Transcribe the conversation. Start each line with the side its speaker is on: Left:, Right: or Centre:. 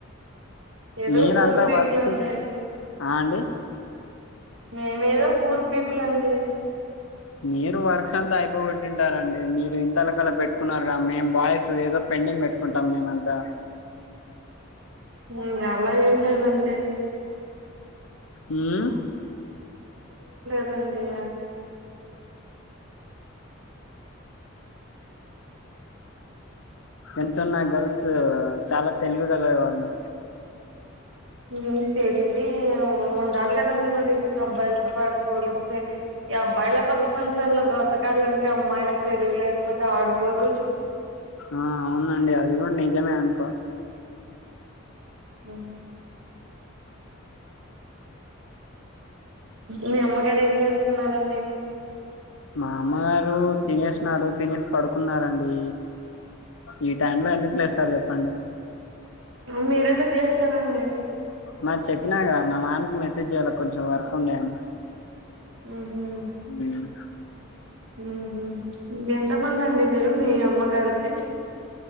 Right: ఏదో
Left: మీరంతా
Right: పూరు పీపుల
Left: వర్క్
Right: అండి
Left: ఆ అండి
Right: మేమేదో ఫుర్ పీపుల్ అండి
Left: మీరు వర్క్స్ అంతా అయిపోబట్టింటారంండి మీరు ఇంత అలకలా పెట్టుకున్నారుగా మేము బాయ్స్ ఏదో పెండింగ్ పెట్టుకుంటాం మేమంతా
Right: ఉమ్ అలా ఏం లేదండి
Left: ఉమ్
Right: అంటయా ఆ
Left: ఎంతన్నా గర్ల్స్ చాలా తెలివిగలే వాళ్ళు
Right: ఉమ్ తెలివి ఉండాలి కదండడి మరి అబ్బాయిలతో పాటు పోలిస్తే ఈ అబ్బాయిల ప్రపంచంలో బ్రతకాలంటే అమ్మాయిలకు తెలివి లేకపోతే ఆడుకోరు
Left: ఆ అవునండి అది కూడా నిజమే అనుకో
Right: ఉమ్ మీ అమ్మగారు ఏం చేస్తున్నారండి
Left: మామారు తినేసినన్నారు తినేసి పడుకున్నారంండి ఈ టైమ్ లో ఎందుకు లేస్తారు చెప్పు అండి
Right: మీర ఎధయానా చెయోచు కదా అండీ
Left: మా చెప్పినా కదా మా మామకి మెసేజ్ చెయ్యాలి కొంచెం వర్క్ ఉండే అని
Right: ఉహుమ్
Left: ఉమ్
Right: ఉహుమ్ ఉమ్ ఎంత మంది అండి మీరు మీ అమ్మగారికి